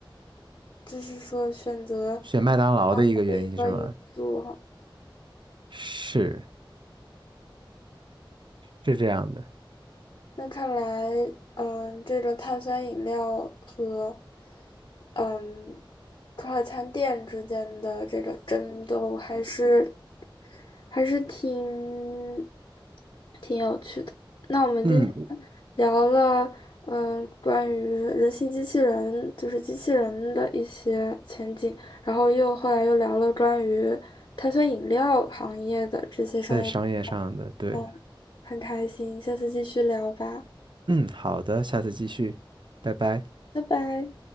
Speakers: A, on the left; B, on the right.
A: 就是说选择
B: 选麦当劳的一个原因是吗？
A: 的一个因素哈。
B: 是是这样的。
A: 那看来，嗯，这个碳酸饮料和嗯快餐店之间的这个争斗还是还是挺挺有趣的。那我们今天。
B: 嗯，
A: 聊了，嗯、关于人形机器人，就是机器人的一些前景，然后又后来又聊了关于碳酸饮料行业的这些商业，
B: 在商业上的，对，
A: 嗯，很开心，下次继续聊吧，
B: 嗯，好的，下次继续，拜拜。
A: 拜拜。